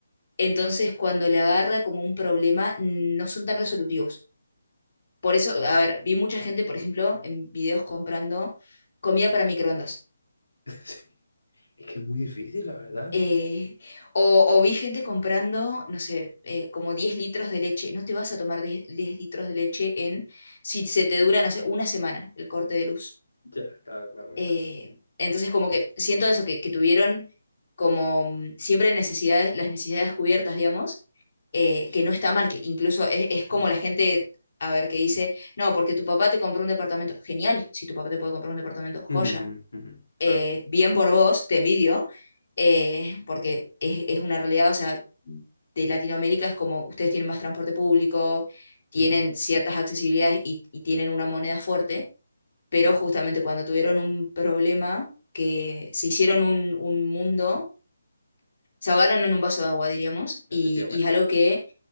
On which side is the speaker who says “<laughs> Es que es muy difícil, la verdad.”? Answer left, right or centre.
Left